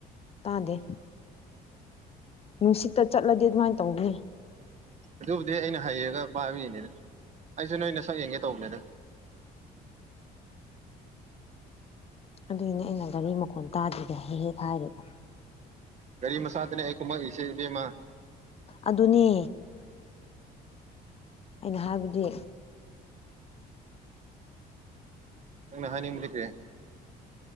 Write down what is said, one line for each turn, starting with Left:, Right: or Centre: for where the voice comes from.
Left: ꯇꯥꯗꯦ ꯅꯨꯡꯁꯤꯠꯇ ꯆꯠꯂꯗꯤ ꯑꯗꯨꯃꯥꯏꯅ ꯇꯧꯕꯅꯦ
Right: ꯑꯗꯨꯕꯨꯗꯤ ꯑꯩꯅ ꯍꯩꯔꯒ ꯄꯥꯕꯤꯅꯦꯗ ꯑꯩꯁꯨ ꯅꯣꯏꯅ ꯁꯛ ꯌꯦꯡꯒꯦ ꯇꯧꯕꯅꯦꯗ
Left: ꯑꯗꯨꯏꯅꯦ ꯑꯩꯅ ꯒꯥꯔꯤ ꯃꯈꯣꯟꯜ ꯇꯥꯗꯣꯏꯗꯦ ꯍꯦꯛ ꯍꯦꯛ ꯍꯥꯏꯔꯦꯗ
Right: ꯒꯥꯔꯤ ꯃꯆꯥꯥꯗꯅꯦ ꯑꯩ ꯀꯨꯝꯃꯛ ꯏꯁꯦ ꯏꯕꯦꯝꯃ
Left: ꯑꯗꯨꯅꯦ ꯑꯩꯅ ꯍꯥꯏꯕꯗꯤ
Right: ꯅꯪꯅ ꯍꯥꯏꯅꯤꯡꯕ ꯂꯩꯒ꯭ꯔꯦ